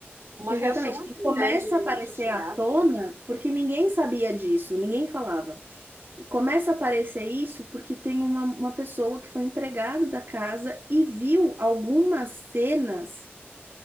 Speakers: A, on the right; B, on the right.
A: uma
B: Exatamente.
A: reação assim,
B: E começa
A: né, de
B: a aparecer
A: assassinato.
B: à tona porque ninguém sabia disso, ninguém falava. E começa a aparecer isso porque tem uma, uma pessoa que foi empregada da casa e viu algumas cenas,